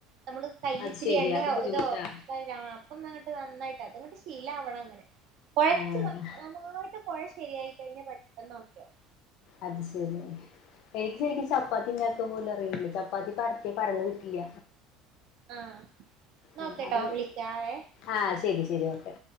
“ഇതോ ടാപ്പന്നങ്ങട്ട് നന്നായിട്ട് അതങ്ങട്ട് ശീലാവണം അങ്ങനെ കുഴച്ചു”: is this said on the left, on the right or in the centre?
Right